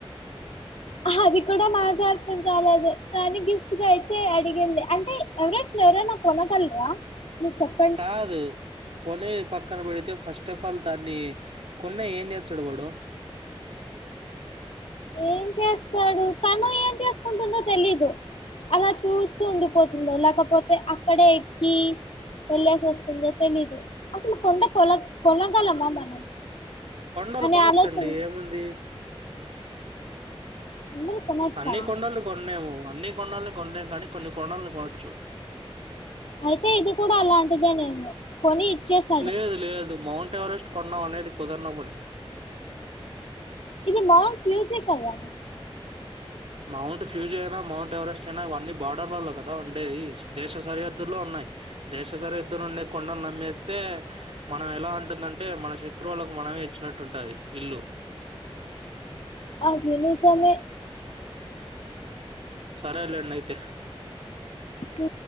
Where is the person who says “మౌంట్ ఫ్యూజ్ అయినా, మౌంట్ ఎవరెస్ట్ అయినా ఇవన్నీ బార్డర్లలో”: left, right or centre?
Right